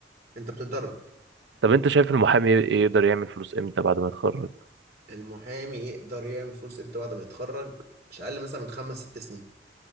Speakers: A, on the right (about 40°); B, on the right (about 70°).
A: انت بتتدرب
B: طب انت شايف المحامي ايه- ايه يقدر يعمل فلوس امتى بعد ما يتخرج
A: المحامي يقدر يعمل فلوس امتى بعد ما يتخرج مش اقل مثلا من خمس ست سنين